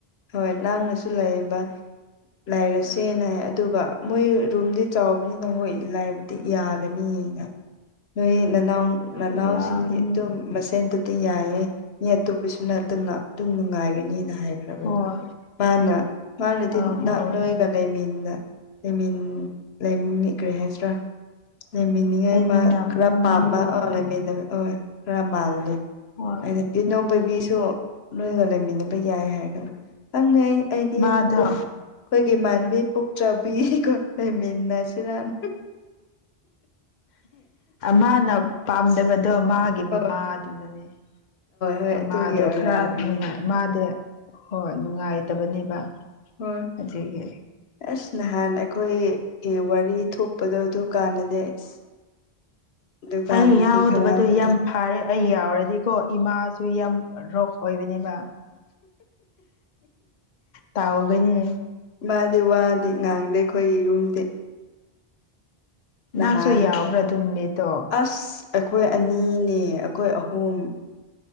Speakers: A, on the left; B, on the left.
A: ꯍꯣꯏ ꯅꯪꯅꯁꯨ ꯂꯩꯌꯦꯕ ꯂꯥꯏꯔꯁꯦꯅ ꯑꯗꯨꯒ ꯃꯣꯏ ꯔꯨꯝꯗꯤ ꯆꯥꯎꯕꯅꯤꯅ ꯍꯣꯏ ꯂꯕ ꯌꯥꯒꯅꯤꯅ ꯅꯣꯏ ꯅꯅꯥꯎ ꯃꯅꯥꯎꯁꯤꯡ
B: ꯌꯥꯒꯅꯤ
A: ꯑꯗꯨ ꯃꯁꯦꯟꯗꯗꯤ ꯌꯥꯏ ꯑꯦ ꯃꯤ ꯑꯇꯣꯞꯄꯁꯨ ꯅꯠꯇꯅ ꯑꯗꯨꯝ ꯅꯨꯡꯉꯥꯏꯒꯅꯤꯅ ꯍꯥꯏꯦ
B: ꯍꯣꯏ
A: ꯃꯥꯅ ꯃꯥꯅꯗꯤ
B: ꯑ ꯍꯣꯏ
A: ꯅ ꯂꯩꯃꯤꯟꯅ ꯂꯩꯃꯤꯟ ꯂꯩꯈ꯭ꯔꯦ ꯍꯥꯏꯁꯤ꯭ꯔꯥ ꯂꯩꯃꯤ ꯉꯃ
B: ꯂꯩꯃꯤꯟꯅꯕꯗꯣ
A: ꯈꯔ ꯄꯥꯝꯕ ꯑ
B: ꯍꯣꯏ
A: ꯑ ꯈꯔ ꯃꯥꯜꯂꯦ
B: ꯍꯣꯏ
A: ꯍꯥꯏꯗꯤ ꯄꯦꯅꯣ ꯕꯦꯕꯤꯁꯨ ꯅꯣꯏꯒ ꯂꯩꯃꯤꯟꯅꯕ ꯌꯥꯏ ꯍꯥꯏꯔꯒꯅ ꯈꯪꯅꯦ ꯑꯩ ꯑꯩꯗꯤ
B: ꯃꯥꯗꯣ
A: ꯑꯩꯈꯣꯏꯒꯤ ꯃꯥꯟꯕꯤ ꯄꯛꯇ꯭ꯔꯕꯤ ꯈꯣꯠ ꯂꯩꯃꯤꯟꯅ ꯑꯁꯤꯅ <inaudible>
B: ꯃꯥꯅ ꯄꯥꯝꯗꯕꯗꯣ ꯃꯥꯒꯤ
A: ꯍꯣꯏ
B: ꯃꯃꯥꯗꯨꯅꯅꯦ
A: ꯍꯣꯏ
B: ꯃꯃꯥꯗꯣ
A: ꯑꯗꯨꯒꯤ ꯑꯣꯏꯔꯝꯒꯅꯤ
B: ꯈꯔ ꯅꯨꯡꯉꯥꯏ ꯃꯥꯗꯤ ꯍꯣꯏ ꯅꯨꯡꯉꯥꯏꯇꯕꯅꯦꯕ
A: ꯍꯣꯏ
B: ꯑꯁꯤꯒꯤ
A: ꯑꯁ ꯅꯍꯥꯟ ꯑꯩꯈꯣꯏꯒꯤ ꯋꯥꯔꯤ ꯊꯣꯛꯄꯗꯣ ꯑꯗꯨ ꯀꯥꯟꯅꯅꯦ ꯑꯁ ꯗꯨꯀꯥꯟꯗꯤ
B: ꯑꯩ ꯌꯥꯎꯗꯕꯗꯣ
A: ꯈꯔꯕ ꯍꯧꯗ
B: ꯌꯥꯝ ꯐꯔꯦ ꯑꯩ ꯌꯥꯎꯔꯗꯤꯀꯣ ꯏꯃꯥꯁꯨ ꯌꯥꯝ ꯔꯣꯛ ꯑꯣꯏꯕꯅꯦꯕ ꯇꯥꯎꯕꯅꯤ
A: ꯃꯥꯗꯤ ꯋꯥꯗꯤ ꯉꯥꯡꯗꯦ ꯑꯩꯈꯣꯏꯒꯤ ꯌꯨꯝꯗꯤ ꯅꯍꯥꯟ
B: ꯅꯍꯥꯛꯁꯨ ꯌꯥꯎꯕ꯭ꯔꯥ ꯑꯗꯨ ꯅꯨꯃꯤꯠꯇꯣ
A: ꯑꯁ ꯑꯩꯈꯣꯏ ꯑꯅꯤꯅꯦ ꯑꯩꯈꯣꯏ ꯑꯍꯨꯝ